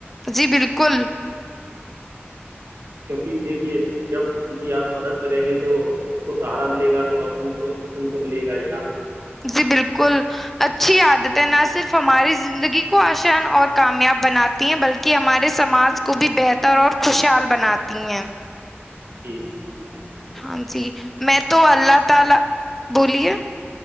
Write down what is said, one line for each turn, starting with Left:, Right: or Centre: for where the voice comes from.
Centre: جی بالکل
Right: کیونکہ دیکھیے جب کسی کی آپ مدد کریں گے تو اس کو سہارا ملے گا تو آپ ان کو سکون تو ملے گا ہی نا
Centre: جی بالکل اچھی عادتیں نہ صرف ہماری زندگی کو آسان اور کامیاب بناتی ہیں بلکہ ہمارے سماج کو بھی بہتر اور خوشحال بناتی ہیں
Right: جی ہاں جی بالکل
Centre: ہاں جی میں تو اللہ تعالی بولیے
Right: جی